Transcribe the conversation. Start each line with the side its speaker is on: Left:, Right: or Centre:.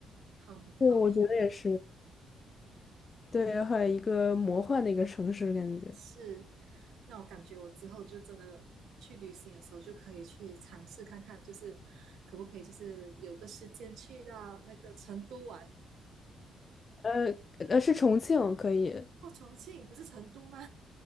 Right: 好好好
Left: 对，我觉得也是，对，很一个魔幻的一个城市感觉。
Right: 是，那我感觉我之后就真的去旅行的时候，就可以去尝试看看，就是可不可以，就是有个时间去到那个成都玩。
Left: 呃呃，是重庆，可以。
Right: 哦，重庆不是成都吗？